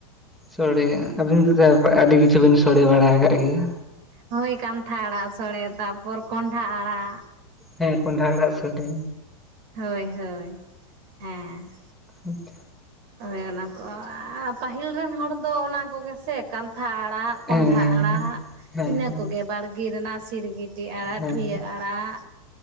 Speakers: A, in the centre; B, on the right.
A: ᱥᱳᱲᱮ ᱟᱹᱵᱤᱱ ᱛᱚ ᱟᱹᱰᱤ ᱠᱤᱪᱷᱩ ᱵᱤᱱ ᱥᱳᱲᱮ ᱵᱟᱲᱟ ᱟᱠᱟᱫ ᱜᱮᱭᱟ
B: ᱦᱩᱭ ᱠᱟᱱᱛᱷᱟ ᱟᱲᱟᱜ ᱥᱚᱲᱮ ᱛᱟᱨᱯᱚᱨ ᱠᱚᱸᱰᱷᱟ ᱟᱲᱟᱜ
A: ᱦᱮᱸ ᱠᱚᱸᱰᱷᱟ ᱟᱲᱟᱜ ᱥᱳᱲᱮ
B: ᱦᱳᱭ ᱦᱳᱭ ᱦᱮᱸ
A: ᱟᱪᱪᱷᱟ
B: ᱦᱳᱭ ᱚᱱᱟᱠᱚ ᱯᱟᱹᱦᱤᱞ ᱨᱮᱱ ᱦᱚᱲ ᱫᱚ ᱚᱱᱟ ᱠᱚᱜᱮ ᱥᱮ ᱠᱟᱱᱛᱷᱟ ᱟᱲᱟᱜ ᱠᱚᱸᱰᱷᱟ
A: ᱦᱮᱸ
B: ᱟᱲᱟᱜ
A: ᱦᱮᱸ
B: ᱤᱱᱟᱹ
A: ᱦᱮᱸ
B: ᱠᱚᱜᱮ ᱵᱟᱲᱜᱮ ᱨᱮᱱᱟᱜ ᱥᱤᱨᱜᱤ ᱴᱤ ᱟᱲᱟᱜ
A: ᱦᱮᱸ
B: ᱴᱷᱩᱭᱟᱹ ᱟᱲᱟᱜ